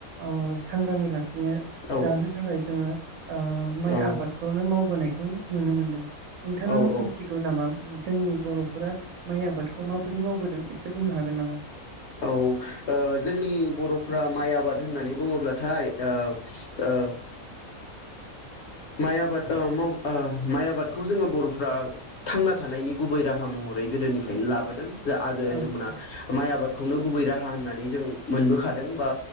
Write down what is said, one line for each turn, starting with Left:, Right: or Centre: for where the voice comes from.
Right: ओ सांग्राङै लाखि नो
Left: औ
Right: जानो थाखाय जोङो ओ माइ
Left: औ
Right: आबादखौनो माव बोनायखौ नुनो मोनदों। नोंथाङा
Left: औ औ
Right: नामा जोंनि बर'फोरा माइ आबादखौ माबोरै मावबोदों एसे बुंनो हागोन नामा?
Left: औ ओ जोंनि बर'फ्रा माइ आबाद होननानै बुङोब्लाथाय ओ ओ माइ आबाद ओ माव ओ माइ आबादखौ जोङो बर'फ्रा थांना थानायनि गुबै राहा महरै गोदोनिफ्रायनो लाबोदों। जा आजै आजौमोना
Right: औ औ
Left: माइ आबाद खौनो गुबै राहा होननानै जों मोनबोखादों बा